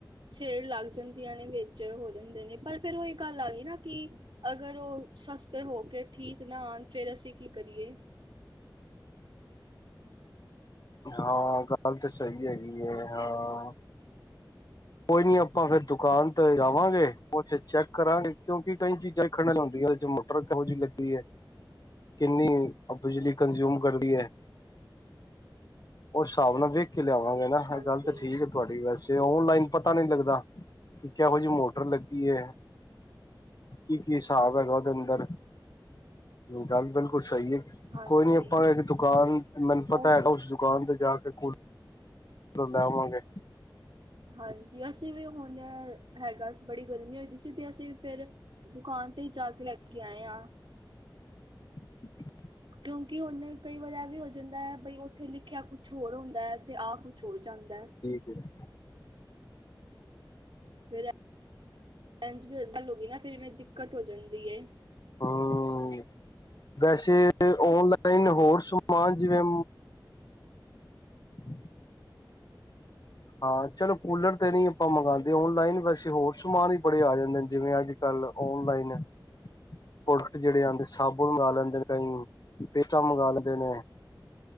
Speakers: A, on the right; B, on the left.
A: ਸ਼ੇਲ ਲੱਗ ਜਾਂਦੀਆਂ ਨੇ ਵਿੱਚ ਹੋ ਜਾਂਦੇ ਨੇ, ਪਰ ਫੇਰ ਉਹ ਇਹ ਗੱਲ ਆ ਗਈ ਨਾ ਕਿ। ਅਗਰ ਉਹ ਸਸਤੇ ਹੋ ਕੇ ਠੀਕ ਨਾ ਆਉਣ ਫੇਰ ਅਸੀਂ ਕੀ ਕਰੀਏ?
B: ਹਾਂ ਗੱਲ ਤਾਂ ਸਹੀ ਹੈਗੀ ਹੈ, ਹਾਂ। ਕੋਈ ਨੀ ਆਪਾਂ ਫੇਰ ਦੁਕਾਨ ਤੇ ਜਾਵਾਂਗੇ ਉੱਥੇ ਚੈੱਕ ਕਰਾਂਗੇ ਕਿਉਂਕਿ ਕਈ ਚੀਜ਼ਾਂ ਵੈਖਣ ਨ ਹੁੰਦੀਆਂ ਨੇ ਜਮਾ ਟਰ ਕੇਹੋ ਜਿਹੀ ਲੱਗੀ ਹੈ ਕਿੰਨੀ ਬਿਜਲੀ ਕੰਜਊਮ ਕਰਦੀ ਐ। ਉਹ ਸ਼ਾਬ ਨਾਲ ਵੇਖ ਕੇ ਲਿਆਵਾਂਗੇ ਨਾ ਹਰ
A: ਹਾਂਜੀ
B: ਗਲ ਤੇ ਠੀਕ ਏ। ਤੁਹਾਡੀ ਵੈਸੇ ਓਨਲਾਈਨ ਪਤਾ ਨਈ ਲੱਗਦਾ ਕਿ ਕੇਹੋਜੀ ਮੋਟਰ ਲੱਗੀ ਏ। ਕੀ ਕੀ ਹਿਸਾਬ ਹੈਗਾ ਉਹਦੇ ਅੰਦਰ ਜੋ ਗੱਲ ਬਿਲਕੁਲ ਸਹੀ ਏ।
A: ਹਾਂਜੀ
B: ਕੋਈ ਨੀ ਆਪਾਂ ਇੱਕ ਦੁਕਾਨ ਮੈਨੂੰ
A: ਉਹ
B: ਪਤਾ ਹੈਗਾ ਉਸ ਦੁਕਾਨ ਤੇ ਜਾ ਕੇ ਕੁਲ ਪਰ ਲੈਵਾਗੇਂ।
A: ਹਾਂਜੀ ਅਸੀਂ ਵੀ ਹੁਣ ਹੈਗਾ ਸੀ ਬੜੀ ਗਰਮੀ ਹੋਈ ਦੀ ਸੀ ਤੇ ਅਸੀਂ ਫੇਰ ਦੁਕਾਨ ਤੇ ਈ ਜਾ ਕੇ ਲੈ ਕੇ ਆਏ ਆਂ।
B: ਹਮ <inaudible> <inaudible>
A: ਕਿਉਂਕਿ ਉਹਨੇ। ਕਈ ਵਾਰ ਇਹ ਵੀ ਹੋ ਜਾਂਦਾ ਬਈ ਉੱਥੇ ਲਿਖਿਆ ਕੁਛ ਹੋਰ ਹੁੰਦਾ ਤੇ ਆ ਕੁਛ ਹੋਰ ਜਾਂਦਾ।
B: ?? <inaudible> <inaudible>
A: ਫ਼ੇਰ ਏਂਜ ਮੇਰੇ ਨਾਲ ਹੋ ਗਈ ਨਾ ਫੇਰ ਮੇਰੇ ਦਿੱਕਤ ਹੋ ਜਾਂਦੀ ਏ।
B: ਹ ਵੈਸੇ ਔਨਲਾਈਨ ਹੋਰ ਸਮਾਨ ਜਿਵੇਂ। ?? <inaudible> ਹਾਂ ਚਲੋ ਕੂਲਰ ਤੇ ਨਹੀਂ ਆਪਾਂ ਮੰਗਾਂਦੇ ਔਨਲਾਈਨ ਵੈਸੇ ਹੋਰ ਸਮਾਨ ਈ ਬੜੇ ਆ ਜਾਂਦੇ ਨੇ ਜਿਵੇਂ ਅੱਜ। ਕੱਲ ਔਨਲਾਈਨ। ਪ੍ਰੋਡਕਟ ਜਿਹੜੇ ਆਂਦੇ ਸਾਬੁਨ ਮੰਗਾ ਲੈਂਦੇ ਨੇ ਕਈ ਪੇਸਟਾਂ ਮੰਗਾ ਲੈਂਦੇ ਨੇ।